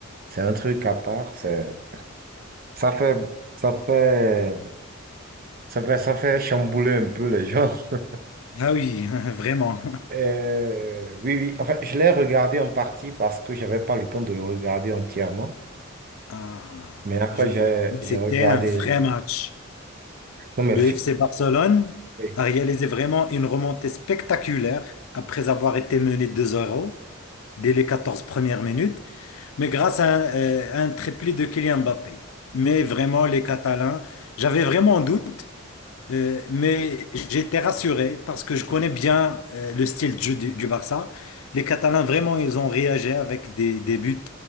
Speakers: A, on the right; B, on the left.
A: c'est un truc à part. C'est, ça fait, ça fait, ça fait, ça fait chambouler un peu les gens. <laughs>
B: Ah oui, <laughs> vraiment.
A: Euh, oui, oui. Enfin, je l'ai regardé en partie parce que j'avais pas le temps de le regarder entièrement.
B: Ah,
A: Mais après,
B: je vois.
A: j'ai,
B: Mais
A: j'ai
B: c'était
A: regardé.
B: un vrai
A: le-
B: match.
A: Non, mais
B: Le
A: fi-
B: FC Barcelone
A: oui,
B: a réalisé vraiment une remontée spectaculaire après avoir été mené deux 0 dès les 14 premières minutes, mais grâce à un, euh, un triplé de Kylian Mbappé. Mais vraiment, les Catalans, j'avais vraiment un doute, euh, mais j'étais rassuré parce que je connais bien euh, le style de jeu du, du Barça. Les Catalans, vraiment, ils ont réagi avec des, des buts